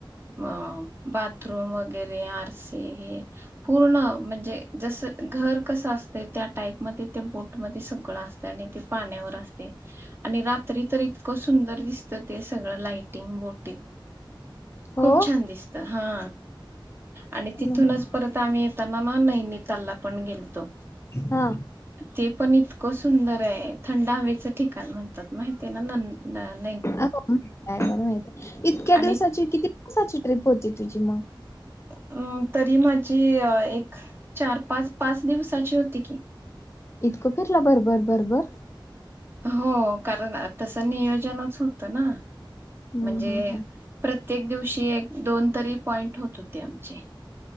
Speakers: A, on the right (about 25°); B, on the left (about 30°).
A: अ, बाथरूम वगैरे आरसे हे पूर्ण म्हणजे जस घर कसं असत. त्या टाईप मध्ये ते बोटमध्ये सगळं अ ते आणि ते पाण्यावर असते. आणि रात्री तर इतकं सुंदर दिसतं ते सगळं लाइटिंग बोटीत
B: हो.
A: खूप छान दिसतं. हा, आणि
B: हम्म.
A: तिथूनच परत आम्ही येताना ना, नैनितालला पण गेलतो.
B: हा,
A: ते पण इतकं सुंदर आहे. थंड हवेच ठिकाण म्हणतात माहिती आहे ना नै
B: <unintelligible> माहित आहे. इतक्या
A: आणि
B: दिवसाची किती दिवसाची ट्रिप होती तुझी मग
A: अ, तरी माझी एक चार पाच पाच दिवसाची होती की,
B: इतकं फिरला भरभर भरभर.
A: हो. कारण तसं नियोजनच होत ना
B: हा
A: म्हणजे
B: हा हा,
A: प्रत्येक दिवशी एक दोन तरी पॉइंट होत होते आमचे.